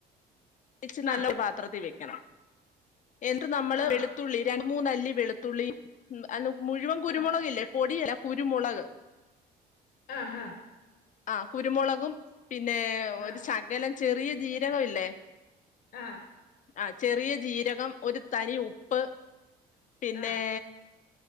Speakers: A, on the left; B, on the left.
A: രിച് നല്ല
B: ആ
A: പാത്രത്തിൽ വെയ്ക്കണം എന്നിട്ട് നമ്മള്
B: ആ
A: വെളുത്തുള്ളി രണ്ട് മൂന്നല്ലി വെളുത്തുള്ളിം മ് അന്ന് മുഴുവൻ കുരുമൊളക്
B: ആ ആ
A: ല്ലേ പൊടി അല്ല കുരുമുളക്
B: ആ ഹാ
A: ആ കുരുമൊളകും പിന്നേ
B: ആ ആ
A: ഒരു ശകലം ചെറിയ ജീരകം ല്ലേ
B: ആ
A: ആ ചെറിയ ജീരകം ഒരു തരി ഉപ്പ് പിന്നേ
B: ആ